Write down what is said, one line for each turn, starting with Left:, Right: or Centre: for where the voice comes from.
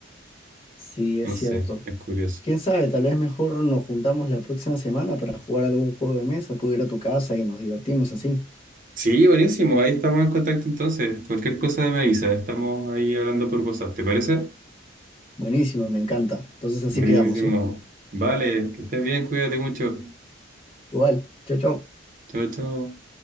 Left: Sí, es
Right: No
Left: cierto.
Right: sé, es curioso.
Left: Quién sabe, tal vez mejor nos juntamos la próxima semana para jugar algún juego de mesa, puedo ir a tu casa y nos divertimos así.
Right: Sí, buenísimo. Ahí estamos en contacto entonces. Cualquier cosa me avisa. Estamos ahí hablando por WhatsApp. ¿Te parece?
Left: Buenísimo, me encanta. Entonces así
Right: Buenísimo.
Left: quedamos, ¿eh?
Right: Vale, que estés bien. Cuídate mucho.
Left: Igual, chau, chau.
Right: Chao, chao.